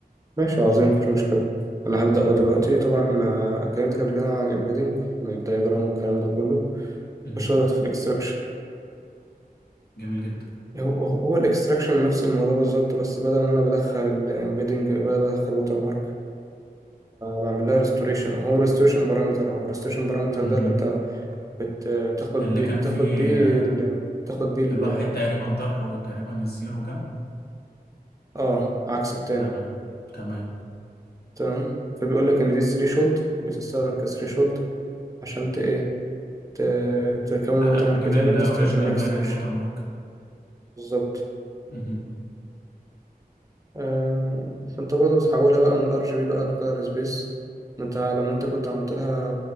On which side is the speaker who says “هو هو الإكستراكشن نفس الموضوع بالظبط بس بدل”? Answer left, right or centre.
Right